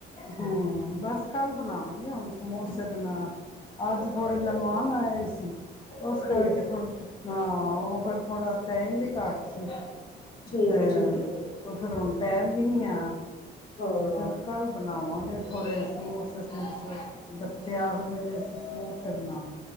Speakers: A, on the left (about 25°); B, on the left (about 55°).
A: ਹੂੰ, ਬਸ ਕੱਲ ਬਣਾਵਗੇ ਹੁਣ ਸਮੋਸੇ ਤੇ ਮੈਂ ਅੱਜ ਥੋੜੇ ਮਹਿਮਾਨ ਆਏ ਏ ਸੀ। ਓਸ ਕਰਕੇ
B: ਠੀਕ
A: ਥੋੜ੍ਹੀ ਹਾਂ ਓ ਫੇਰ ਥੋੜਾ ਟਾਈਮ ਵੀ ਘੱਟ ਸੀ।
B: ਠੀਕ
A: ਤੇ
B: ਐ, ਠੀਕ ਐ।
A: ਓ ਫੇਰ ਹੁਣ ਟੈਮ ਵੀ ਨੀ ਹੈ,
B: ਹਾਂ,
A: ਫੇਰ ਕੱਲ ਬਣਾਵਾਂਗੇ, ਥੋੜੇ ਸਮੋਸੇ ਸਮੂਸੇ ਬੱਚੇ ਆਖਦੇ ਪਏ ਸੀ ਸਮੋਸੇ ਬਣਾਓ।